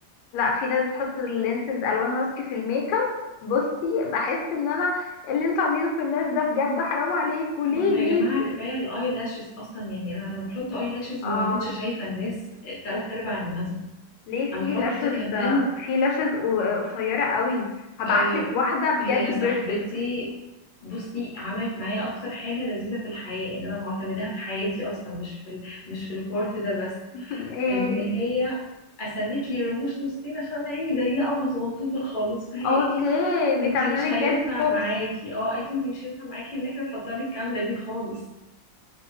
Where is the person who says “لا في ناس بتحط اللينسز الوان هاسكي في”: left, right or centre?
Left